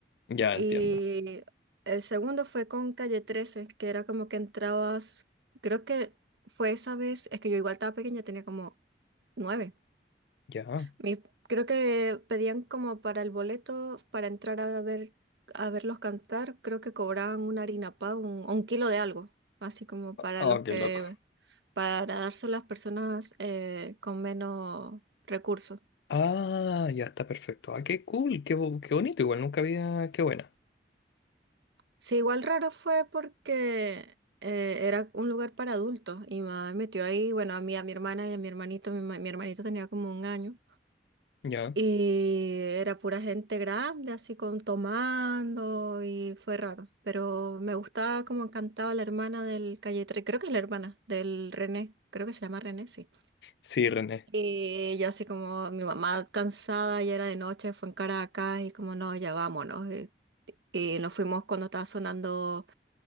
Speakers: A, on the left; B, on the right.
A: Ya
B: Y
A: entiendo.
B: el segundo fue con Calle trece que era como que entrabas, creo que fue esa vez, es que yo igual estaba pequeña, tenía como nueve.
A: Ya.
B: Mi- creo que pedían como para el boleto, para entrar a ver, a verlos cantar, creo que cobraban una harina pa, un, o un kilo de algo, así como para
A: Oh,
B: los
A: qué
B: que,
A: loco.
B: para darse a las personas eh, con menos recursos.
A: Ah, ya está perfecto. Ah, qué cool, qué, bo- qué bonito. Igual nunca había. Qué buena.
B: Sí, igual raro fue porque eh, era un lugar para adultos y mamá me metió ahí, bueno, a mí, a mi hermana y a mi hermanito, mi, ma- mi hermanito tenía como un año
A: Ya.
B: y era pura gente grande, así con tomando y fue raro, pero me gustaba como cantaba la hermana del Calle 13, creo que es la hermana del René, creo que se llama René, sí.
A: Sí, René.
B: Y yo así como mi mamá cansada, ya era de noche, fue en Caracas y como no, ya vámonos. Y, y nos fuimos cuando estaba sonando